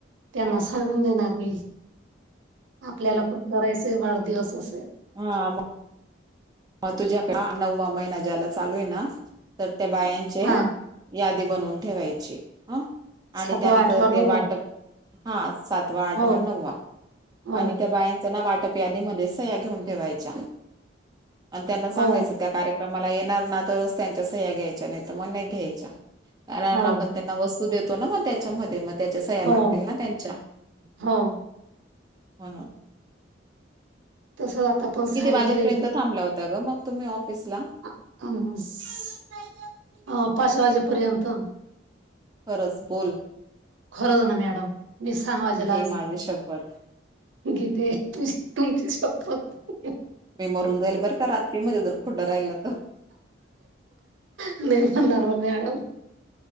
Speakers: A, on the right (about 80°); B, on the right (about 20°).
A: त्यांना सांगून देणार मी आपल्याला पण करायचंय वाढदिवस असे
B: हा हा म मग तुझ्याकडे नव्वा महिना ज्याला चालू आहे ना तर त्या बायां चे
A: हा
B: यादी बनवून ठेवायची ह
A: सातवा
B: आणि त्यांच
A: आठवा
B: ते
A: नववा
B: वाटप हा सातवा आठवा
A: हो
B: नववा
A: हो
B: आणि त्या बाया च ना वाटप यादी मध्ये सह्या घेऊन ठेवायच्या. आणि त्यांना सांगायचं
A: हो
B: त्या कार्यक्रमाला येणार ना तरच त्यांच्या सह्या घ्यायच्या नाही तर मग नाही घ्यायच्या. कारण
A: हो
B: आपण त्यांना वस्तू देतो ना मग त्याच्यामध्ये म त्याच्या सह्या लागतील
A: हो
B: ना त्यांच्या
A: हो
B: म्हणून
A: तसं आता पण
B: किती
A: सांगितलंय
B: वाजेपर्यंत थांबल्या होता ग मग तुम्ही ऑफिस ला?
A: आम्ही स अ पाच वाजेपर्यंत.
B: खरंच बोल
A: खरंच ना मॅडम मी सहा वाजायला
B: घे
A: आली.
B: माझी शपथ
A: घेते तुम तुमची शप्पथ
B: मी मरून जाईल बरं का रात्रीमध्ये जर खोडं राहिलं तर
A: नाही मरणार ओ मॅडम.